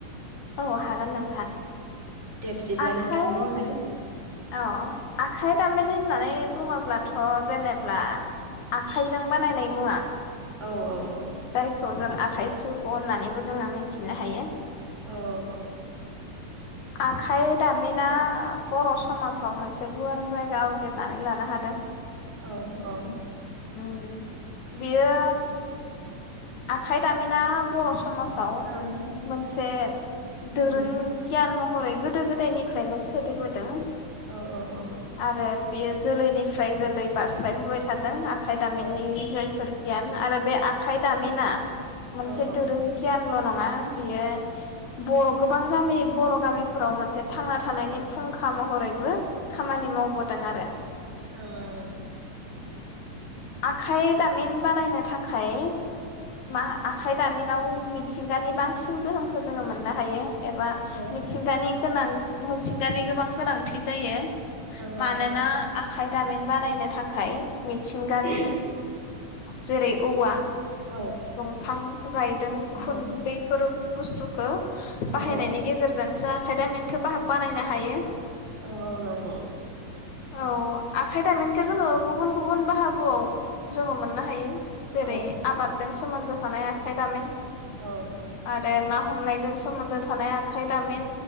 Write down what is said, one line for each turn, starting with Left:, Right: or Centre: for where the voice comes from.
Left: औ हागोन नोंथां
Right: दे बिदिब्ला
Left: आखाय
Right: नोंथां बुंलाय
Left: अ आखाय दामिन होननानै बुङोब्लाथ' जेनेब्ला आखाइजों बानायनाय मुवा
Right: औ औ औ
Left: जायखौ जों आखाइ सु होननानैबो जोङो मिथिनो हायो
Right: औ औ औ
Left: आखाइ दामिना बर' समासाव मोनसे गुवार जायगा आवग्रिनानै लानो हादों
Right: औ औ
Left: ओ बियो आखाइ दामिना बर' समा समाजाव
Right: औ ओं
Left: मोनसे दोरोंगियान
Right: उम
Left: हरै गोदो गोदायनिफ्रायनो सोलिबोदों
Right: औ औ औ
Left: आरो बेयो जोलैनिफ्राय जोलै बारस्लायबोबाय थादों आखाइ दामिननि
Right: औ
Left: जायफोर गियान आरो बे आ खाय दामिना मोनसे
Right: औ औ
Left: दोरों गियानल' नङा बियो बर' गोबां गामि बर' गामिफोराव मोनसे थांना थानायनि
Right: औ
Left: फुंखा महरै बो खामानि मावबोदों आरो
Right: औ औ औ
Left: आखाइ दामिन बानायनो थाखाय मा आखाइ दामिनाव मिथिंगानि बांसिन गोहोमखौ जोङो मोननो हायो एबा
Right: औ
Left: मिथिंगानि गोनां मिथिंगानि गोबां गोनांथि जायो
Right: औ
Left: मानोना
Right: औ
Left: आ आखाय दामिन बानायनो थाखाय मिथिंगानि
Right: औ
Left: जेरै औवा
Right: औ
Left: दंफां रायदों खुनन्दैफोर
Right: औ
Left: बुस्थुखौ बाहायनायनि
Right: औ
Left: गेजेरजोंसो खायदामेनखौ बा-बानायनो हायो
Right: औ औ नंगौ
Left: औ आखाइ दामिनखौ जोङो गुबु गुबुन गुबुन बाहागोआव जोङो मोननो हायो जेरै
Right: औ
Left: आबादजों सोमोन्दो थानाय आखाय दामिन
Right: औ
Left: आरो ना हमनायजों सोमोन्दो थानाय आखाइ दामिन